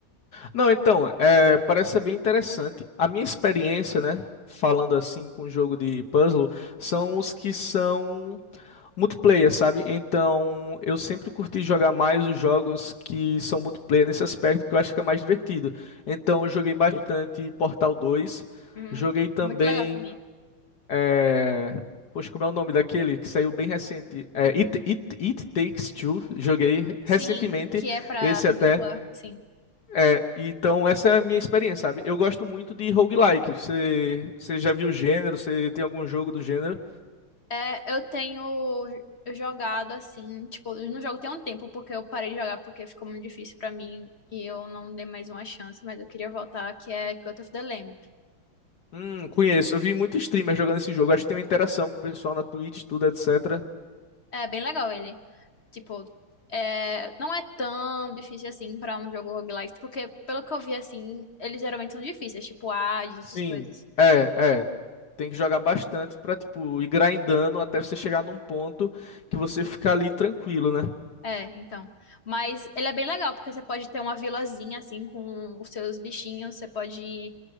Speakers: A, on the left; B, on the left.
A: Não, então, é, parece ser bem interessante. A minha experiência, né, falando assim com jogo de puzzle, são os que são multiplayer, sabe? Então, eu sempre curti jogar mais os jogos que são multiplayer nesse aspecto, porque eu acho que é mais divertido. Então, eu joguei bastante Portal 2,
B: Hum,
A: joguei também,
B: muito legal também.
A: é... poxa, como é o nome daquele que saiu bem recente? É, It, It, It Takes Two, joguei
B: Sim,
A: recentemente,
B: que é pra
A: esse
B: ir
A: até.
B: dupla, sim.
A: É, então essa é a minha experiência, sabe? Eu gosto muito de roguelike. Você, você já viu o gênero? Você tem algum jogo do gênero?
B: É, eu tenho jogado assim, tipo, eu não jogo tem um tempo, porque eu parei de jogar porque ficou muito difícil pra mim e eu não dei mais uma chance, mas eu queria voltar, que é Cut of the Lamb.
A: Hum, conheço. Eu vi muito streamer jogando esse jogo. Acho que tem uma interação com o pessoal na Twitch, tudo, etc.
B: É bem legal ele. Tipo, é, não é tão difícil assim pra um jogo roguelike, porque pelo que eu vi assim, eles geralmente são difíceis, tipo Hades,
A: Sim.
B: essas coisas.
A: É, é. Tem que jogar bastante pra, tipo, ir grindando até você chegar num ponto que você fica ali tranquilo, né?
B: É, então. Mas ele é bem legal, porque você pode ter uma vilazinha assim com os seus bichinhos, você pode